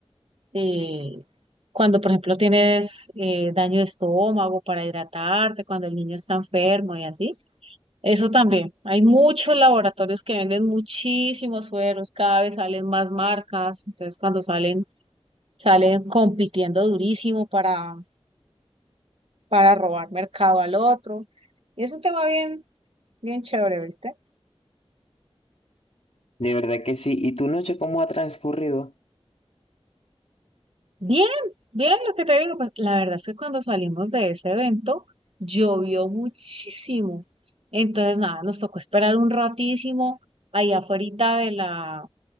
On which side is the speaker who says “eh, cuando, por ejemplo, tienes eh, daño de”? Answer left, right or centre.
Right